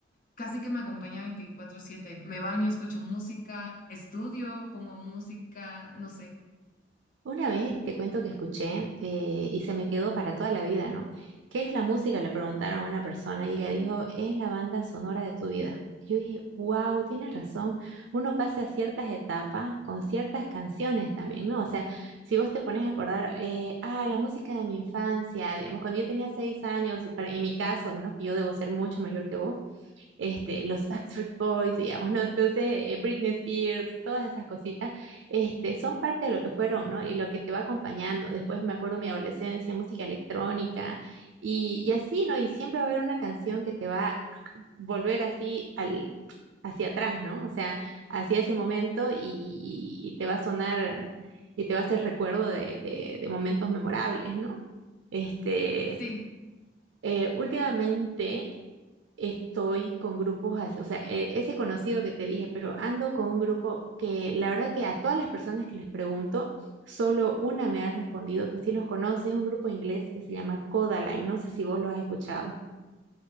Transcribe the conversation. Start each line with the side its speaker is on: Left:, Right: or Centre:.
Left: casi que me acompaña 24/7. Me baño, escucho música, estudio, pongo música, no sé.
Right: Una vez te cuento que escuché eh, y se me quedó para toda la vida, ¿no? ¿Qué es la música? Le preguntaron a una persona y ella dijo, es la banda sonora de tu vida. Yo dije, wow, tienes razón. Uno pasa ciertas etapas con ciertas canciones también, ¿no? O sea, si vos te pones a acordar, eh, ah, la música de mi infancia, digamos, cuando yo tenía seis años, para, en mi caso, ¿no? Que yo debo ser mucho mayor que vos este, los Backstreet Boys, digamos, ¿no? Entonces, eh, Britney Spears, todas esas cositas, este, son parte de lo que fueron, ¿no? Y lo que te va acompañando. Después me acuerdo mi adolescencia, música electrónica y, y así, ¿no? Y siempre va a haber una canción que te va a volver así al, hacia atrás, ¿no? O sea, hacia ese momento y, y te va a sonar y te va a hacer recuerdo de, de, de momentos memorables, ¿no? Este,
Left: Sí,
Right: eh, últimamente estoy con grupos, as- o sea, e- ese conocido que te dije, pero ando con un grupo que la verdad que a todas las personas que les pregunto, solo una me ha respondido que sí los conoce, es un grupo inglés que se llama Codaline, no sé si vos lo has escuchado.